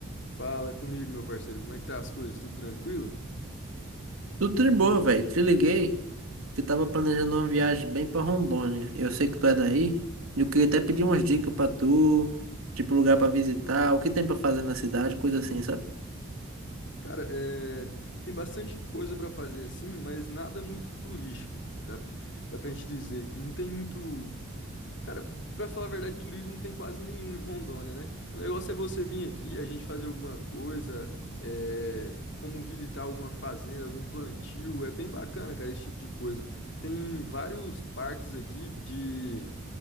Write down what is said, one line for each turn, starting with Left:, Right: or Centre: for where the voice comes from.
Left: Fala comigo, meu parceiro, como é que tá as coisas? Tudo tranquilo?
Right: Tudo de boa, velho. Te liguei que tava planejando uma viagem bem pra Rondônia. Eu sei que tu é daí. E eu queria até pedir umas dicas pra tu, tipo lugar pra visitar, o que tem pra fazer na cidade, coisa assim, sabe?
Left: Cara, é, tem bastante coisa pra fazer assim, mas nada muito turístico. Dá, dá pra gente dizer que não tem muito. Cara, pra falar a verdade, turismo não tem quase nenhum em Rondônia, né? O negócio é você vir aqui, a gente fazer alguma coisa, é, como visitar alguma fazenda, algum plantio. É bem bacana, cara, esse tipo de coisa. Tem vários parques aqui de.